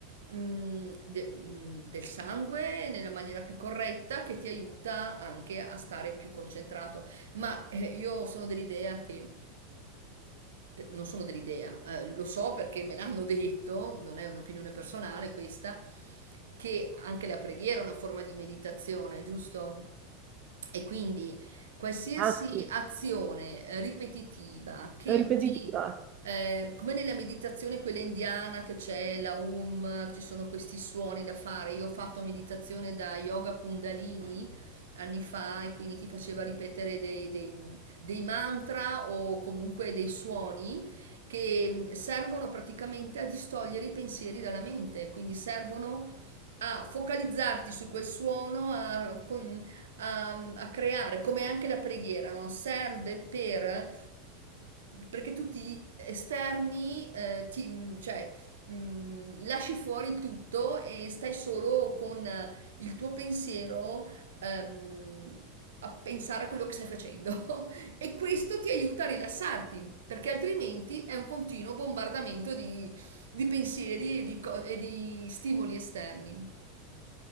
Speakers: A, on the right; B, on the right.
A: mh, de- mh, del sangue nella maniera più corretta che ti aiuta anche a stare più concentrato. Ma eh, io sono dell'idea che non sono dell'idea, eh, lo so perché me l'hanno detto, non è un'opinione personale questa, che anche la preghiera è una forma di meditazione, giusto? E quindi qualsiasi
B: Ah sì,
A: azione eh, ripetitiva che
B: ripetitiva.
A: ti, eh, come nella meditazione quella indiana che c'è la um, ci sono questi suoni da fare, io ho fatto meditazione da yoga kundalini anni fa e quindi ti faceva ripetere dei, dei- dei mantra o comunque dei suoni che mm, servono praticamente a distogliere i pensieri dalla mente, quindi servono a focalizzarti su quel suono, a, con- a- a creare, come anche la preghiera, no? serve per perché tu ti esterni, eh, ti- cioè mh, lasci fuori tutto e stai solo con il tuo pensiero ehm, a pensare a quello che stai facendo <laughs> e questo ti aiuta a rilassarti perché altrimenti è un continuo bombardamento di, di pensieri e di, co- e di stimoli esterni.